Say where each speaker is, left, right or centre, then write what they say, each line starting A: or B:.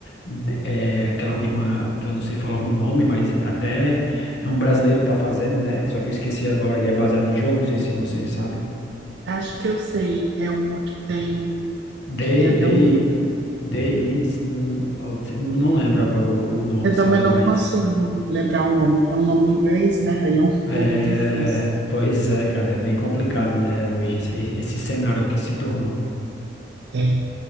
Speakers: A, on the left (about 70°); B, on the right (about 70°).
A: de- eh, aquela última, que eu não sei falar o nome, mas até é um brasileiro que tá fazendo, né? Só que eu esqueci agora, que é baseado em jogo, não sei se você sabe.
B: Acho que eu sei, é uma que tem um,
A: The,
B: que tem até
A: The,
B: um ju-
A: The Is, não, não lembro agora o, o nome,
B: eu também
A: sabe?
B: não
A: Mas.
B: consigo, vou lembrar o nome. É um nome em inglês, né? Aí é um
A: É,
B: pouco difícil.
A: pois é, cara, é bem complicado, né? Hoje, esse esse cenário que se tornou.
B: É,